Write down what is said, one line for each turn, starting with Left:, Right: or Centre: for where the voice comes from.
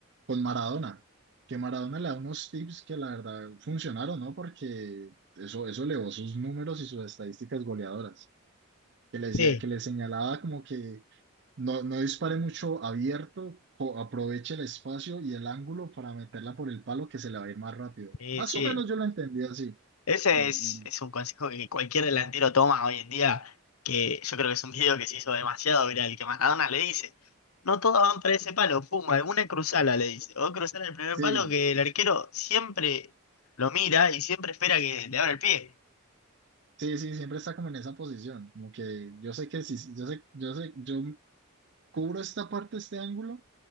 Right: con Maradona, que Maradona le da unos tips que la verdad funcionaron, ¿no? Porque eso, eso elevó sus números y sus estadísticas goleadoras. que les,
Left: Sí,
Right: ya- que les señalaba como que no, no dispare mucho abierto, co- aproveche el espacio y el ángulo para meterla por el palo que se le va a ir más rápido.
Left: eh,
Right: Más
Left: sí,
Right: o menos yo lo entendí así.
Left: Ese
Right: Y,
Left: es, es
Right: y
Left: un consejo que cualquier delantero toma hoy en día, que yo creo que es un video que se hizo demasiado viral, que Maradona le dice, no todas van para ese palo, pum, alguna cruzala, le dice, o cruzar el primer
Right: sí,
Left: palo que el arquero siempre lo mira y siempre espera que le abra el pie.
Right: sí, sí, siempre está como en esa posición, como que yo sé que si, yo sé, yo sé, yo cubro esta parte, este ángulo,